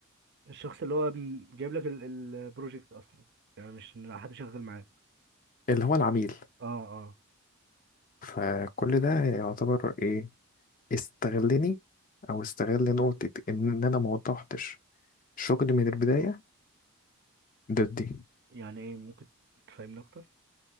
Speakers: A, on the right; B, on the left.
A: الشخص اللي هو م- جايب لك ال- البروجكت اصلا يعني مش إن حد شغال معاه
B: اللي هو العميل
A: اه اه
B: فكل ده يعتبر ايه استغلني او استغل نقطة ان انا ما وضحتش شغلي من البداية ضدي
A: يعني ايه ممكن تفهمني اكتر